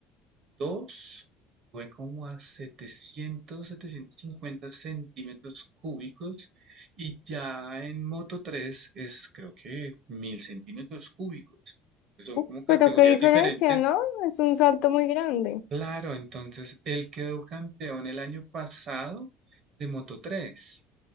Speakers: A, on the right; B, on the left.
A: 2 sube como a setecientos setecientos cincuenta centímetros cúbicos y ya en Moto 3 es creo que 1000 centímetros cúbicos. Son
B: Uf,
A: como categorías
B: Pero qué diferencia,
A: diferentes.
B: ¿no? Es un salto muy grande.
A: Claro, entonces él quedó campeón el año pasado de Moto tres